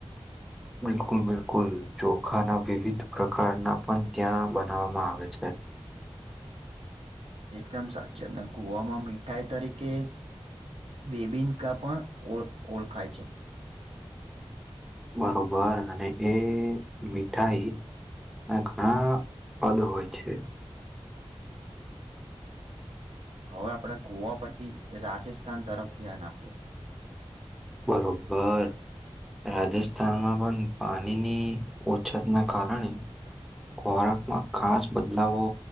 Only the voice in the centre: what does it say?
બિલકુલ બિલકુલ ચોખાના વિવિધ પ્રકારના પણ ત્યાં બનાવવામાં આવે છે
બરોબર અને એ મીઠાઈ અને ઘણા પદ હોય છે
બરોબર રાજસ્થાનમાં પણ પાણીની ઓછતના કારણે ખોરાકમાં ખાસ બદલાવો